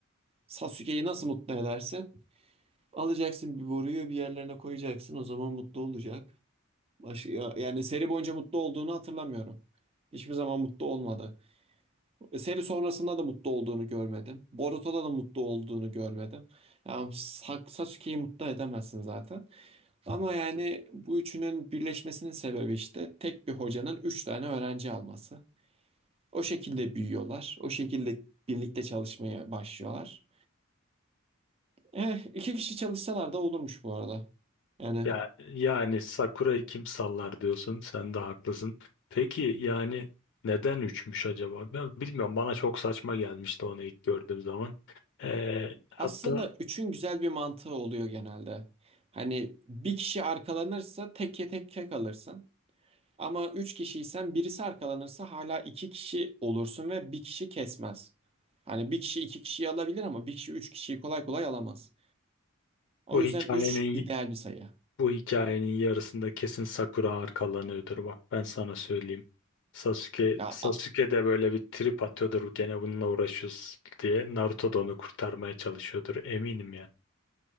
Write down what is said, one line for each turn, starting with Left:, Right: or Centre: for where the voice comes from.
Right: Sasuke'yi nasıl mutlu edersin? Alacaksın bir boruyu bir yerlerine koyacaksın. O zaman mutlu olacak. Baş- ya- yani seri boyunca mutlu olduğunu hatırlamıyorum. Hiçbir zaman mutlu olmadı. E, Seri sonrasında da mutlu olduğunu görmedim. Boruto'da da mutlu olduğunu görmedim. Yani Sa- Sasuke'yi mutlu edemezsin zaten. Ama yani bu üçünün birleşmesinin sebebi işte tek bir hocanın üç tane öğrenci alması. O şekilde büyüyorlar. O şekilde birlikte çalışmaya başlıyorlar. Eh, iki kişi çalışsalar da olurmuş bu arada. Yani
Left: Ya yani Sakura'yı kim sallar diyorsun? Sen de haklısın. Peki yani neden üçmüş acaba? Ben bilmiyorum. Bana çok saçma gelmişti onu ilk gördüğüm zaman. Ee, hatta
Right: aslında üçün güzel bir mantığı oluyor genelde. Hani bir kişi arkalanırsa tek tek tek kalırsın. Ama üç kişiysen birisi arkalanırsa hala iki kişi olursun ve bir kişi kesmez. Hani bir kişi iki kişiyi alabilir ama bir kişi üç kişiyi kolay kolay alamaz. O
Left: bu hikayenin
Right: yüzden üç ideal bir sayı.
Left: Bu hikayenin yarısında kesin Sakura arkalanıyordur bak ben sana söyleyeyim. Sasuke,
Right: Ya
Left: Sasuke
Right: a-
Left: de böyle bir trip atıyordur gene bununla uğraşıyoruz diye. Naruto da onu kurtarmaya çalışıyordur eminim ya.